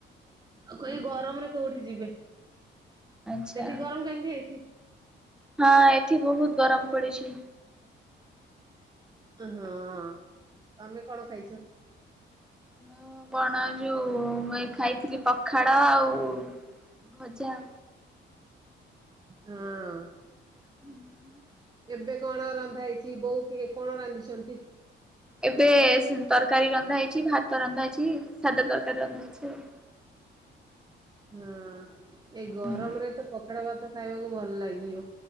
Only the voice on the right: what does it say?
ଆଉ କହି
ଗରମରେ କୋଉଠି ଯିବେ ସେଠି
ଗରମ କେମିତି ହେଇଛି?
ହଁ ତମେ କଣ ଖାଇଛ?
ହଁ।
ଏବେ କଣ ରନ୍ଧା ହେଇଛି, ବହୁ ଇ କଣ ରାନ୍ଧିଛନ୍ତି?
ହଁ ଏଇ ଗରମରେ
ତ ପଖାଳ ଭାତ ଖାଇବାକୁ ଭଲ ଲାଗିବ।